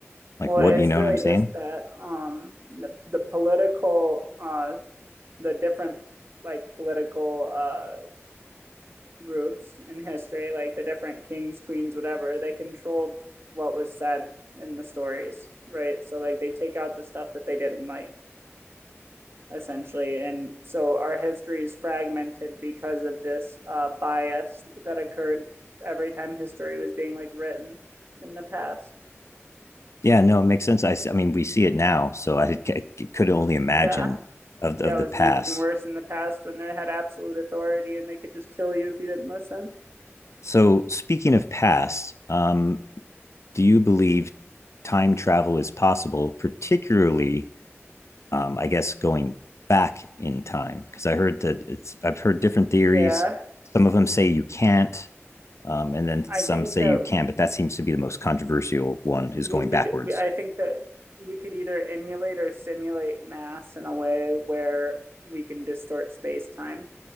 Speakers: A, on the left; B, on the right.
A: Like
B: Well,
A: what
B: it's
A: you know
B: really
A: what I'm saying?
B: just that um, the the political uh, the different like political uh, groups in history, like the different kings, queens, whatever, they controlled what was said in the stories, right? So like they take out the stuff that they didn't like essentially. And so our history is fragmented because of this uh, bias that occurred every time history was being like written in the past.
A: Yeah, no, it makes sense. I, s- I mean, we see it now, so I, c- c- could only imagine
B: Yeah.
A: of the,
B: Yeah,
A: of the
B: it was
A: past.
B: even worse in the past when they had absolute authority and they could just kill you if you didn't listen.
A: So, speaking of past, um, do you believe time travel is possible, particularly, um, I guess, going back in time? Because I heard that it's, I've heard different theories.
B: Yeah.
A: Some of them say you can't, Um, and then
B: I
A: some
B: think
A: say
B: that
A: you can, but that seems to be the most controversial one
B: we
A: is going
B: could
A: backwards.
B: we, I think that we could either emulate or simulate mass in a way where we can distort space-time